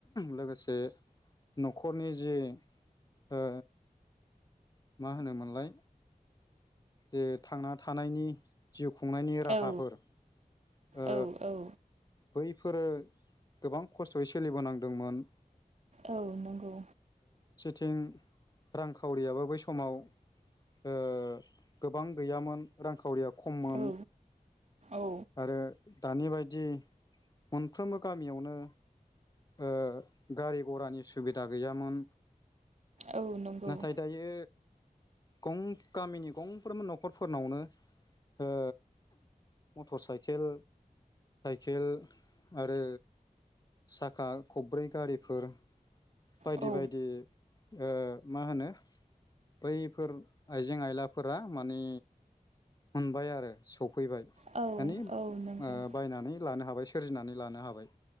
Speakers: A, on the left (about 25°); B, on the right (about 50°).
A: लोगोसे न'खरनि जि ओ मा होनोमोनलाय जे थांना थानायनि जिउ खुंनायनि राहाफोर
B: औ
A: ओ
B: औ औ
A: बैफोरो गोबां खस्थ'यै सोलिबोनांदोंमोन।
B: औ नोंगौ
A: थिं रांखावरियाबो बै समाव ओ गोबां गैयामोन रांखावरिया खममोन
B: औ औ
A: आरो दानि बायदि मोनफ्रोमबो गामियावनो ओ गारि गरानि सुबिदा गैयामोन।
B: औ नंगौ
A: नाथाय दायो गं गामिनि गंफ्रोमबो न'खरफोरनावनो ओ मटर साइखेल खेल आरो साखा खब्रै गारिफोर बायदि
B: औ
A: बायदि ओ मा होनो बैफोर आइजें आयलाफोरा माने मोनबाय आरो सफैबाय
B: औ
A: माने ओ
B: औ नंगौ
A: बायनानै लानो हाबाय। सोरजिनानै लानो हाबाय।